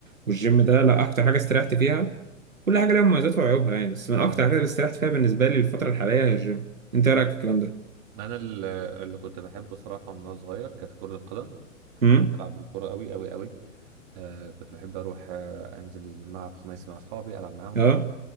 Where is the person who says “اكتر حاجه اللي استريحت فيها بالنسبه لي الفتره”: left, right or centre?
Right